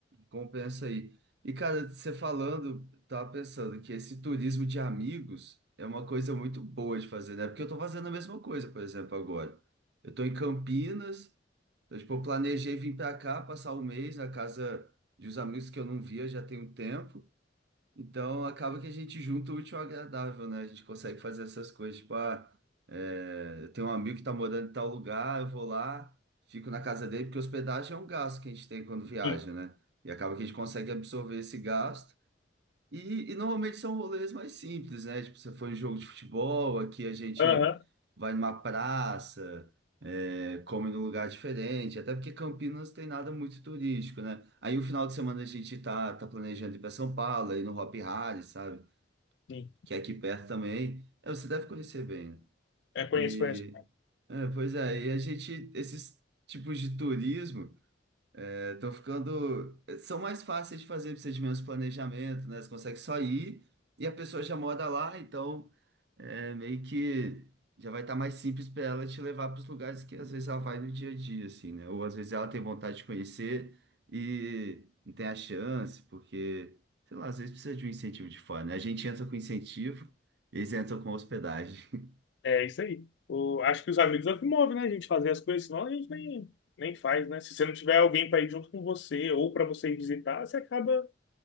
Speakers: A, on the right; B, on the left.
A: Compensa aí. E, cara, você falando, tava pensando que esse turismo de amigos é uma coisa muito boa de fazer, né? Porque eu tô fazendo a mesma coisa, por exemplo, agora. Eu tô em Campinas, então, tipo, eu planejei vir pra cá, passar um mês na casa de uns amigos que eu não via já tem um tempo. Então acaba que a gente junta o útil ao agradável, né? A gente consegue fazer essas coisas. Tipo, ah, é, eu tenho um amigo que tá morando em tal lugar, eu vou lá, fico na casa dele, porque hospedagem é um gasto que a gente tem quando viaja,
B: sim.
A: né? E acaba que a gente consegue absorver esse gasto. E, e normalmente são rolês mais simples, né? Tipo, você foi em jogo de futebol, aqui a gente
B: Aham,
A: vai numa praça, é, come num lugar diferente, até porque Campinas tem nada muito turístico, né? Aí o final de semana a gente tá, tá planejando ir para São Paulo, aí no Hopi Hari, sabe?
B: sim.
A: Que é aqui perto também. É, você deve conhecer bem, né?
B: É, conheço,
A: E,
B: conheço.
A: é, pois é, e a gente, esses tipos de turismo. É, tô ficando. São mais fáceis de fazer procedimentos de planejamento, né? Você consegue só ir e a pessoa já mora lá, então é, meio que já vai estar mais simples para ela te levar para os lugares que às vezes ela vai no dia a dia, assim, né? Ou às vezes ela tem vontade de conhecer e não tem a chance, porque, sei lá, às vezes precisa de um incentivo de fora, né? A gente entra com incentivo, eles entram com hospedagem.
B: É isso aí. O, acho que os amigos é o que move, né? A gente fazer as coisas, senão a gente nem, nem faz, né? Se você não tiver alguém pra ir junto com você ou pra você ir visitar, você acaba